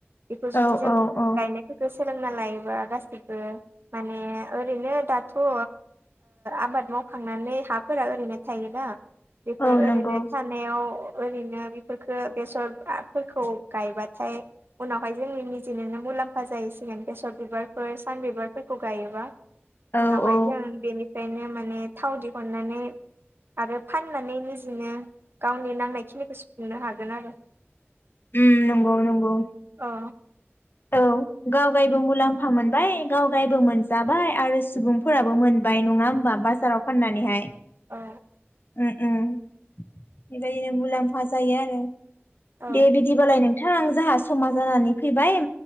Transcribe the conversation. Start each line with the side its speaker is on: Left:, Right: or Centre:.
Right: बेखौ जुदि
Left: औ
Right: जों
Left: औ औ
Right: गायनायफोरखौ सोलोंना लायोबा गासिबो माने ओरैनो दाथ' ओ आबाद मावखांनानै हाफोरा ओरैनो थायोदा बेफोर
Left: औ
Right: ओरैनो
Left: नंगौ
Right: थानायाव ओरैनो बेफोरफोरखो बेसरफोरखौ गायबाथाय उनावहाय जोंनि निजिनोनो मुलाम्फा जाहैसिगोन बेसर बिबारफोर सान बिबारफोरखौ गायोबा
Left: औ
Right: उनावहाय
Left: औ
Right: जों बेनिफ्रायनो माने थाव दि हुननानै आरो फाननानै निजिनो गावनि नांनाय खिनिखौ सुफुंनो हा जोन आरो
Left: उम नंगौ नंगौ
Right: अ
Left: औ गावगायबो मुलाम्फा मोनबाय गावगायबो मोनजाबाय आरो सुबुंफोराबो मोन बाय नङा होनबा बाजाराव फाननानैहाय
Right: औ
Left: ओम मोनजायो मुलाम्फा जायो आरो
Right: औ
Left: दे बिदिबालाय नोंथां जोंहा समा जानानै फैबाय